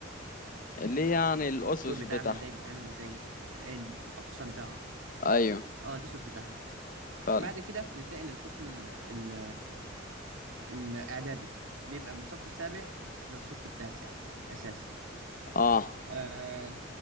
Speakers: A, on the left; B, on the right.
A: اللي هي يعني الاسس
B: بتاعها
A: بتاعها
B: ازاي بتتعمل وازاي ايه الأقسام بتاعها
A: ايوه
B: اه الأسس بتاعها
A: فعلا
B: بعد كده ننتقل للقسم ال ال الإعدادي بيبقى من الصف السابع للصف التاسع الأساسي
A: اه
B: آه،